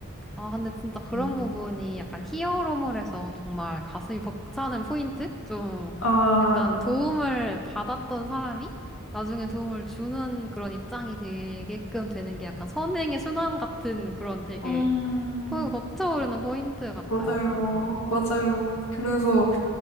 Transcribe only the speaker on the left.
네.
아,
음,
맞아요.
맞아요. 그래서